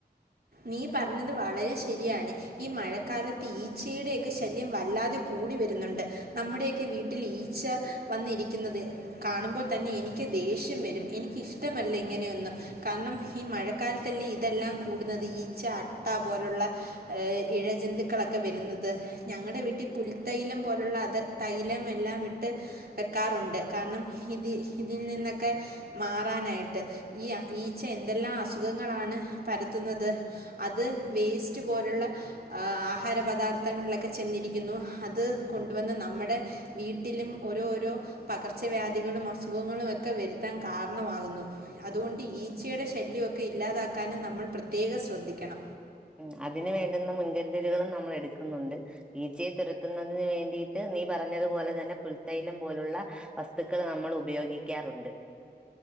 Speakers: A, on the right; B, in the centre.
A: നീ പറഞ്ഞത് വളരെ ശരിയാണ് ഈ മഴക്കാലത്ത് ഈച്ചയുടെയെക്കെ ശല്യം വല്ലാതെ കൂടി വരുന്നുണ്ട് നമ്മുടെയൊക്കെ വീട്ടിൽ ഈച്ച വന്നിരിക്കുന്നത് കാണുമ്പോൾ തന്നെയെനിക്ക് ദേഷ്യം വരും എനിക്കിഷ്ടമല്ല ഇങ്ങനെയൊന്നും കാർണം ഈ മഴക്കാലത്തല്ലേ ഇതെല്ലാം കൂടുന്നത് ത് ഈച്ച അട്ട പോലുള്ള ഏ ഇഴ ജന്തുക്കളൊക്കെ വരുന്നത് ഞങ്ങടെ വീട്ടീ പുൽത്തൈലം പോലുള്ളത് തൈലമെല്ലാമിട്ട് വെക്കാറുണ്ട് കാർണം ഇത് ഇതിൽ നിന്നൊക്കെ മാറാനായിട്ട് ഈയാ ഈച്ച എന്തെല്ലാം അസുഖങ്ങളാണ് പരത്തുന്നത് അത് വേസ്റ്റ് പോലുള്ള അ ആഹാര പദാർത്ഥങ്ങളിലൊക്കെ ചെന്നിരിക്കുന്നു അത് കൊണ്ടുവന്ന് നമ്മടെ വീട്ടിലും ഓരോ ഓരോ പകർച്ചവ്യാധികളും അസുഖങ്ങളുവെക്കെ വരുത്താൻ കാരണവാകുന്നു. അതുകൊണ്ട് ഈച്ചയുടെ ശല്യവൊക്കെ ഇല്ലാതാക്കാനും നമ്മൾ പ്രത്യേക ശ്രദ് ദ്ധിക്കണം
B: ഉം അതിനു വേണ്ടുന്ന മുൻകരുതലുകളും നമ്മളെടുക്കുന്നുണ്ട്. ഈച്ചയെ തുരത്തുന്നതിന് വേണ്ടിയിട്ട് നീ പറഞ്ഞതുപോലെ തന്നെ പുൽത്തൈലം പോലുള്ള വസ്തുക്കള് നമ്മളുപയോഗിക്കാറുണ്ട്.